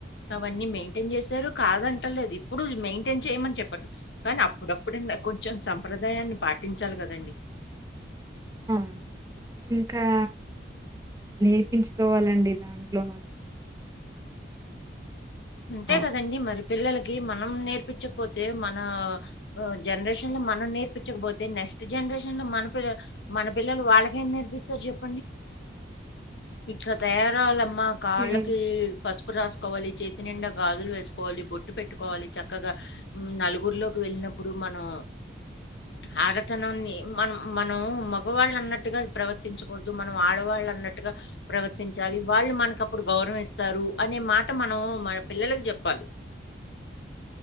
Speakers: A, on the left; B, on the right.
A: అవన్నీ మెయింటైన్ చేశారు కాదంటలేదు ఇప్పుడు మెయింటైన్ చేయమని చెప్పను కానీ అప్పుడప్పుడు కొంచెం సంప్రదాయాన్ని పాటించాలి కదండి
B: ఆ ఇంకా నేర్పించుకోవాలండి దాంట్లో చెప్పండి నెమ్మదిగా.
A: అంతే కదండి మరి పిల్లలకి మనం నేర్పించకపోతే తే మన అ జనరేషన్ లో మన నేర్ పిచకపోతే నెక్స్ట్ జనరేషన్ లో మన పిల మన పిల్లలు వాళ్లేం నేర్పిస్తారు చెప్పండి ఇట్లా తయారవాలమ్మా కాళ్ళకి
B: హ్మ్.
A: పసుపు రాసుకోవాలి చేతి నిండా గాజులు వేసుకోవాలి బొట్టు పెట్టుకోవాలి చక్కగా నలుగురిలోకి వెళ్ళినప్పుడు మనం ఆరతనాన్ని మనం మనం మగవాళ్ళు అన్నట్టుగా ప్రవర్తించకూడదు మనం ఆడవాళ్ళు అన్నట్టుగా ప్రవర్తించాలి వాళ్ళు మనకప్పుడు గౌరవిస్తారు అనే మాట మనం మన పిల్లలకు చెప్పాలి